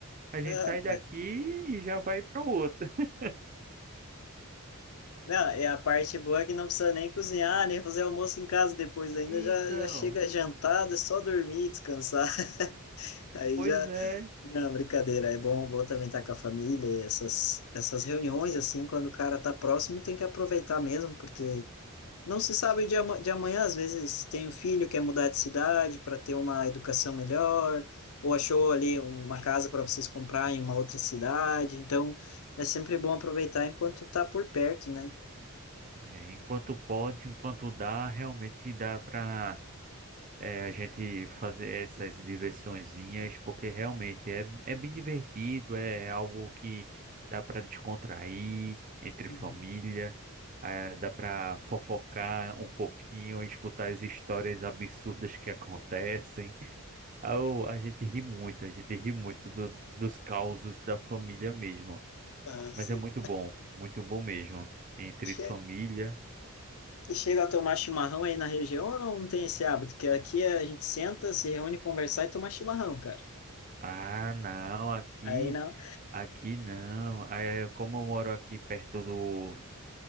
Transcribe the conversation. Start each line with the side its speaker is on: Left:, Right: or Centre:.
Right: A gente
Left: Ah,
Right: sai
Left: rapaz.
Right: daqui e já vai para o outro. <laughs>
Left: Não, é a parte boa é que não precisa nem cozinhar, nem fazer almoço em casa depois ainda,
Right: Então,
Left: já, já chega jantado, é só dormir, descansar. <laughs> Aí
Right: pois
Left: já.
Right: é.
Left: Não, brincadeira, é bom, bom também estar com a família, essas, essas reuniões, assim, quando o cara tá próximo, tem que aproveitar mesmo, porque não se sabe de, ama- de amanhã, às vezes tem um filho que quer mudar de cidade para ter uma educação melhor, ou achou ali uma casa para vocês comprar em uma outra cidade, então é sempre bom aproveitar enquanto tá por perto, né?
Right: É, enquanto pode, enquanto dá, realmente dá para é, a gente fazer essas diversõezinhas, porque realmente é, é bem divertido, é é algo que dá para descontrair entre
Left: Uhum.
Right: família, é, dá para fofocar um pouquinho, escutar as histórias absurdas que acontecem. Ah, o- A gente ri muito, a gente ri muito do- dos causos da família mesmo.
Left: Ah,
Right: Mas
Left: sim.
Right: é muito bom, muito bom mesmo. Entre
Left: Che-
Right: família.
Left: Chega a tomar chimarrão aí na região ou não, não tem esse hábito? Que aqui a gente senta, se reúne, conversar e tomar chimarrão, cara.
Right: Ah, não, aqui.
Left: Aí não.
Right: Aqui não. É, como eu moro aqui perto do,